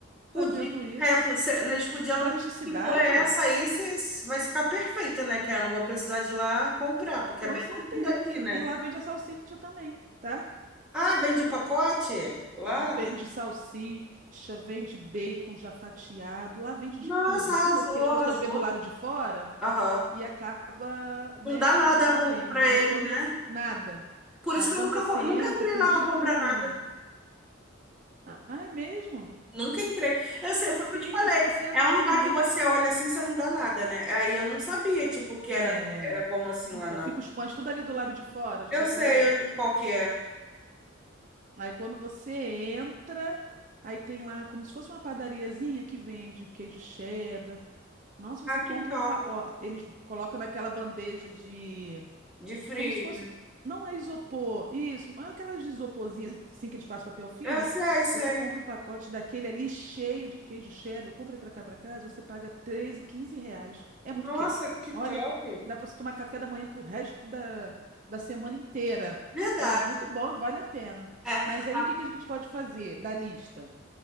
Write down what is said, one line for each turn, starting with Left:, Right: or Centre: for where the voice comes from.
Centre: Podia,
Right: fazendo isso.
Centre: é, po- se- eles podiam,
Right: Praticidade?
Centre: se for essa aí, se- se- vai ficar perfeita, né? Que aí eu não vou precisar de ir lá comprar, porque
Right: Com
Centre: é bem
Right: certeza.
Centre: longe daqui, né?
Right: E lá vende a salsicha também, tá?
Centre: Ah, vende o pacote lá?
Right: Vende salsicha, vende bacon já fatiado, lá vende de
Centre: Nossa,
Right: tudo.
Centre: arrasou,
Right: É porque as pessoas
Centre: arrasou.
Right: vê do lado de fora
Centre: Aham.
Right: e acaba, né,
Centre: Não dá nada
Right: não sabendo.
Centre: por, pra
Right: Mas
Centre: eles,
Right: quando
Centre: né?
Right: você. Nada.
Centre: Por
Right: Mas
Centre: isso que
Right: quando
Centre: eu nunca,
Right: você
Centre: co-
Right: entra,
Centre: nunca entrei
Right: tem
Centre: lá
Right: tipo
Centre: pra comprar
Right: um.
Centre: nada.
Right: Ah, é mesmo?
Centre: Nunca entrei. Eu sei,
Right: Minha
Centre: foi
Right: filha,
Centre: o que eu te falei.
Right: se você entrar
Centre: É um lugar
Right: também,
Centre: que você
Right: vai.
Centre: olha assim, você não dá nada, né? Aí eu não sabia, tipo, que era,
Right: É.
Centre: era bom assim
Right: Então,
Centre: lá, não.
Right: fica os pães tudo ali do lado de fora, já
Centre: Eu
Right: reparou?
Centre: sei qual que é.
Right: Aí quando você entra, aí tem lá como se fosse uma padariazinha que vende queijo cheddar. Nossa,
Centre: Ah,
Right: você compra
Centre: que top.
Right: um. pa- Ó, eles colocam naquela bandeja de.
Centre: De frio.
Right: como se fosse. Não é isopor, isso, mas aquelas de isoporzinha, assim, que eles passam papel filme.
Centre: Eu sei, sei.
Right: Você compra um pacote daquele ali cheio de queijo cheddar. Eu comprei pra cá, pra casa, você paga 13 15 reais. É
Centre: Nossa,
Right: muito queijo.
Centre: que top.
Right: Olha, dá pra você tomar café da manhã pro resto da, da semana inteira.
Centre: Verdade.
Right: É muito bom e vale a pena.
Centre: É,
Right: Mas aí
Centre: a-
Right: o que que a gente pode fazer da lista